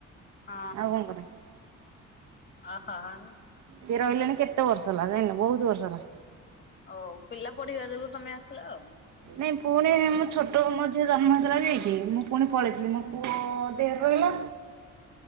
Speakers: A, on the left; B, on the right.
A: ହଁ।
B: ଆଉ କଣ କରିବୁ।
A: ହ ହ ହଂ
B: ସେ ରହିଲେଣି କେତେ ବର୍ଷ ହେଲା ଯାଇଁଲ? ବହୁତ ବର୍ଷ ହେଲା।
A: ହଉ ପିଲା ପଢ଼ିବା ଯୋଗୁଁ ତମେ ଆସିଲ ଆଉ।
B: ନାଇଁ ପୁଣି ମୁଁ ଛୋଟ ମୋ ଝିଅ ଜନ୍ମ ହେଇଥିଲା ଯାଇକି। ମୁଁ ଫୁଣି ପଳେଇଥିଲି। ମୋ ପୁଅ ଦେହରେ ରହିଲା।